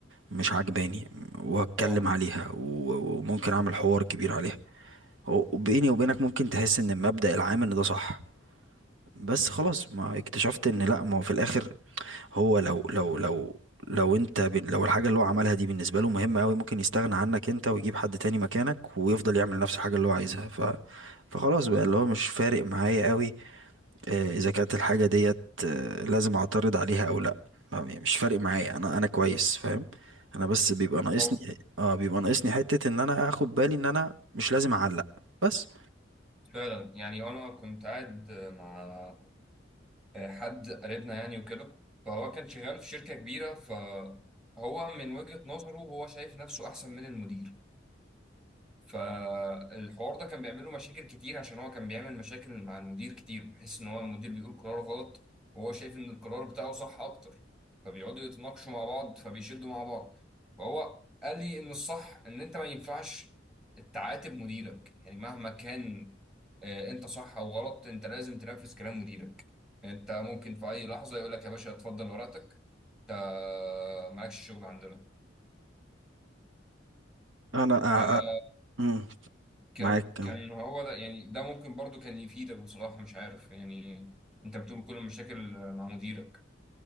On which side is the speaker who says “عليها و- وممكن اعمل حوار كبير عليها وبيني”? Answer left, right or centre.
Right